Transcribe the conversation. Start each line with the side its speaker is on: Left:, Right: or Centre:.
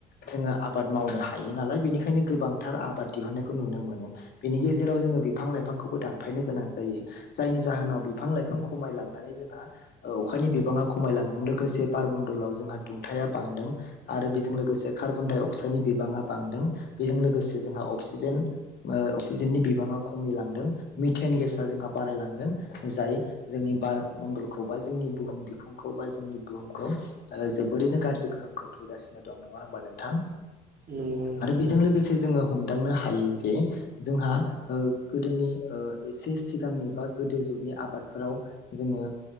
Left: जोङो आबाद मावनो हायो नालाय बेनिखायनो गोबांथार आबाद दिहुननायखौ नुनो मोनो बेनि गेजेराव जोङो बिफां लाइफांखौबो दानफायनो गोनां जायो जायनि जाहोनाव बिफां लाइफां खमायलांनानै जोंहा ओ अखानि बिबाङा खमायलांदों लोगोसे बार मण्डलाव जोंहा दुंथा बांदों आरो बेजों लोगोसे कार्बन डाइ अक्साइडनि बिबाङा बांदों बेजों लोगोसे जोंहा अक्सिजेन ओ अक्सिजेननि बिबाङा खमिलांदों, मिथेन गेसा जोंहा बारायलांदों जाय जोंनि बार मण्डलखौ बा जोंनि बुहुम बिखुंखौ बा जोंनि बुहुम ओ जोबोरैनो गाज्रि गोहोम खोख्लैगासिनो दं नङा होमबा नोंथां?
Right: नंगौ नोंथां
Left: आरो
Right: नंगौ
Left: बेजों लोगोसे जोङो हम हमदांनो हायो जे जोंहा ओ गोदोनि ओ एसे सिगांनिबा गोदो जुगनि आफादफोराव जोङो